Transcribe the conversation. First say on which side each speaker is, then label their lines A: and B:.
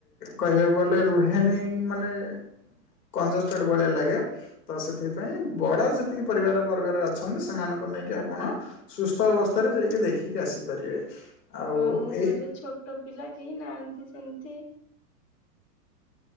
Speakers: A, on the left; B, on the left.
A: କହିବାକୁ ଗଲେ ରୁହେନି ମାନେ କଞ୍ଜଷ୍ଟେଡ଼୍ ଭଳିଆ ଲାଗେ। ତ ସେଥିପାଇଁ ବଡ଼ ଯେତିକି ପରିବାର ବର୍ଗରେ ଅଛନ୍ତି ସେମାନଙ୍କୁ ନେଇକି ଆପଣ ସୁସ୍ଥ ଅବସ୍ଥାରେ ଯାଇକି ଦେଖିକି ଆସିପାରିବେ। ଆଉ
B: ହଁ ଆମ
A: ଏଇ
B: ଘରେ ଛୋଟ ପିଲା କେହି ନାହାନ୍ତି ସେମତି।